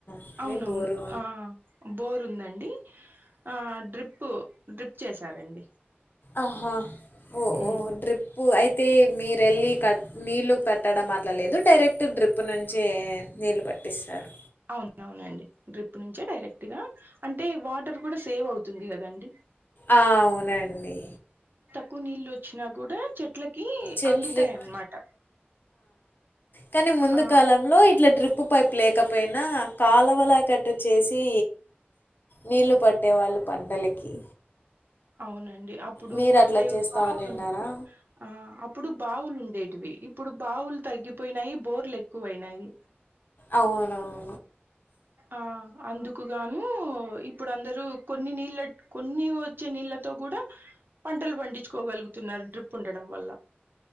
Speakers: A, on the left; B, on the right.
A: అట్లే
B: అవునవును
A: బోరు
B: ఆ బోర్ ఉందండి ఆ డ్రిపు డ్రిప్ చేసారండి
A: ఆహా ఓ
B: ఉమ్
A: ఓ డ్రిప్పు అయితే మీరు వెళ్ళి కట్ నీళ్ళు పెట్టడం అట్లాలేదు డైరెక్ట్ డ్రిప్ నుంచే నీళ్లు పట్టిస్తారు
B: అవున అవునండి డ్రిప్ నుంచే డైరెక్ట్ గా అంటే వాటర్ కూడా సేవ్ అవుతుంది కదండి
A: ఆ అవునండి
B: క్కు నీళ్ళు వచ్చినా కూడా చెట్లకి
A: చెట్లకి
B: అందుతాయ అన్నమాట
A: కానీ ముందు
B: ఆ
A: కాలంలో ఇట్లా డ్రిప్పు పైప్ లేకపోయినా కాలవల కటాచ్చు చేసి నీళ్ళు పట్టేవాళ్ళు పంటలకి
B: అవునండి అప్పుడు
A: మీరు
B: అంటే
A: అట్లా చేస్తామని
B: బావులుండే
A: విన్నారా
B: ఆ అప్పుడు బావులు ఉండేటివి ఇప్పుడు బావులు తగ్గిపోయినాయి బోర్లు ఎక్కువయినాయి
A: అవునువును
B: ఆ అందుకుగాను ఇప్పుడు అందరుూ కొన్ని నీళ్ళ కొన్ని వచ్చే నీళ్ ళ్లతో కూడా పంటలు పండించుకోగలుగుత న్నారు డ్రిప్ ఉండడం వల్ల